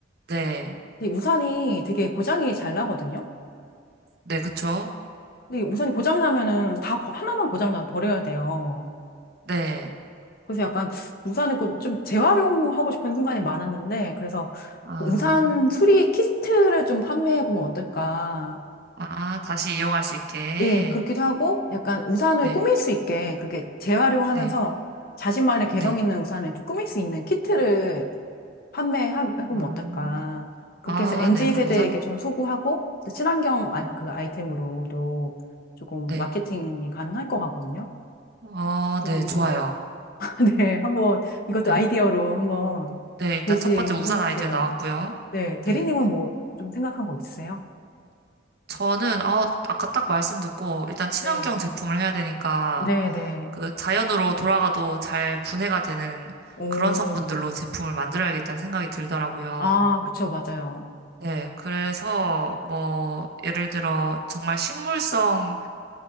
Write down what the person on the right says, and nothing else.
네,
네, 그쵸?
네.
아,
아, 다시 이용할 수 있게.
네.
네,
네.
아,
아,
네. 그럼
우산,
어,
네.
어,
네.
좋아요.
네.
네. 일단
첫 번째 우산
아이디어 나왔고요.
네.
저는, 아, 아까 딱 말씀 듣고, 일단 친환경
제품을 해야 되니까,
그 자연으로 돌아가도 잘 분해가 되는
그런 성분들로 제품을 만들어야겠다는 생각이 들더라고요.
네. 그래서, 뭐, 예를 들어, 정말 식물성